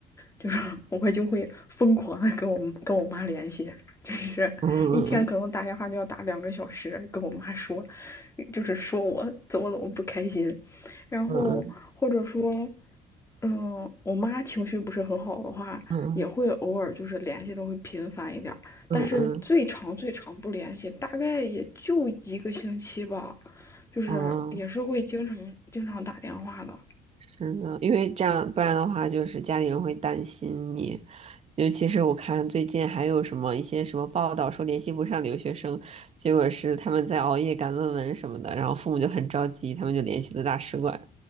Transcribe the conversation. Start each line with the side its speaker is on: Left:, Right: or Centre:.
Left: 就是 <laughs> 我会就会疯狂的跟我跟我妈联系，就是一天可能打电话就要打两个小时，
Right: 嗯嗯嗯
Left: 跟我妈说，就是说我怎么怎么不开心，然后或者说，
Right: 嗯嗯
Left: 嗯，我妈情绪不是很好的话，
Right: 嗯嗯
Left: 也会偶尔就是联系的会频繁一点儿，
Right: 嗯嗯嗯嗯嗯嗯嗯嗯嗯嗯
Left: 但是最长最长不联系，大概也就一个星期吧，就是也是会经常经常打电话的。
Right: 嗯真的，因为这样，不然的话，就是家里人会担心你。尤其是我看最近还有什么一些什么报道说联系不上留学生，结果是他们在熬夜赶论文什么的，然后父母就很着急，他们就联系了大使馆。